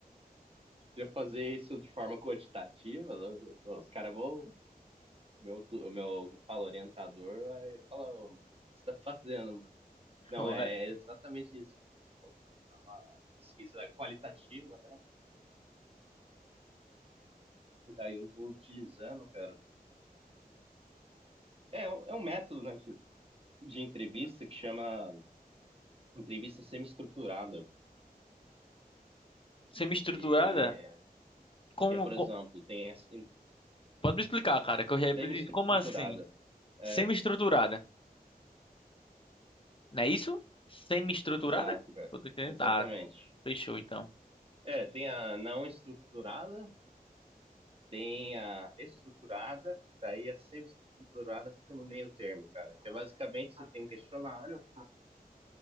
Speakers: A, on the right; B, on the left.
A: Se eu fazer isso de forma quantitativa, os caras vão. Meu, tu- o meu como fala, orientador vai falar, ô, mano, o que você tá fazendo, mano? Não,
B: Pô,
A: é
B: é-
A: exatamente isso que você falou. É uma pesquisa qualitativa, né? E daí eu tô utilizando, cara. É, é um- é um método, né, de, de entrevista que chama entrevista semi-estruturada.
B: Semi-estruturada?
A: E é,
B: Como,
A: que é, por exemplo, tem essa em-
B: Pode me explicar, cara, que eu já...
A: semi-estruturada.
B: Como assim?
A: É,
B: Semi-estruturada. Não é isso? Semi-estruturada?
A: exato, cara.
B: Eu tô entendendo.
A: Exatamente.
B: Tá, fechou então.
A: É, tem a não estruturada, Tem a estruturada, daí a semi-estruturada fica no meio termo, cara. Que é basicamente você tem um questionário,